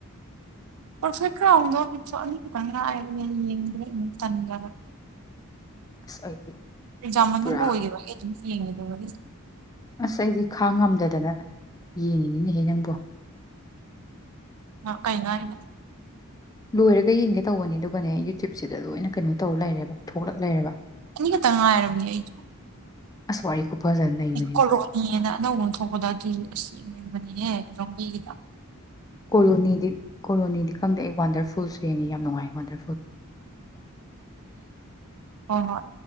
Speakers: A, on the right (about 75°); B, on the left (about 15°).
A: ꯄꯔꯐꯦꯛ ꯀꯥꯎꯗꯣ ꯏꯄꯤꯁꯣꯠ ꯑꯅꯤ ꯈꯤꯇꯪ ꯉꯥꯏꯔꯕꯅꯦ ꯌꯦꯡꯗ꯭ꯔꯦ ꯑꯃꯨꯛ ꯇꯟꯗꯅ
B: ꯑꯁ ꯑꯩꯗꯤ
A: ꯑꯦꯛꯖꯦꯝ ꯃꯅꯨꯡ
B: ꯄꯨꯔꯥ
A: ꯑꯣꯏꯒꯤ <unintelligible> ꯌꯦꯡꯉꯨꯗꯣꯏꯔꯣ
B: ꯑꯁ ꯑꯩꯗꯤ ꯈꯥ ꯉꯝꯗꯗꯅ ꯌꯦꯡꯉꯤꯅꯤꯅꯦꯍꯦ ꯅꯪꯕꯨ
A: ꯀꯩꯅꯣ ꯍꯥꯏꯁꯦ
B: ꯂꯣꯏꯔꯒ ꯌꯦꯡꯒꯦ ꯇꯧꯕꯅꯦ ꯑꯗꯨꯒꯅꯦ ꯌꯨꯇ꯭ꯌꯨꯨꯞꯕꯁꯤꯗ ꯂꯣꯏꯅ ꯀꯩꯅꯣ ꯇꯧꯔ ꯂꯩꯔꯦꯕ ꯊꯣꯛꯂꯛ ꯂꯩꯦꯔꯕ
A: ꯑꯅꯤ ꯈꯥꯇ ꯉꯥꯏꯔꯕꯅꯦ ꯑꯩ
B: ꯑꯁ <unintelligible> ꯅꯩꯕꯅꯦꯃꯤ
A: ꯀꯣꯂꯣꯅꯤꯅ ꯑꯅꯧꯕꯅ ꯊꯣꯛꯄꯗꯣ ꯑꯗꯨꯁꯨ ꯑꯁꯤ <unintelligible> ꯔꯝꯕꯒꯤꯗ
B: ꯀꯣꯂꯣꯅꯤꯗꯤ ꯀꯣꯂꯣꯅꯤꯗꯤ ꯈꯪꯗꯦ ꯑꯩ ꯋꯥꯟꯗꯔꯐꯨꯜꯁ ꯐꯦꯡꯉꯤ ꯌꯥꯝ ꯅꯨꯡꯉꯥꯏ ꯃꯣꯟꯗ
A: ꯍꯣ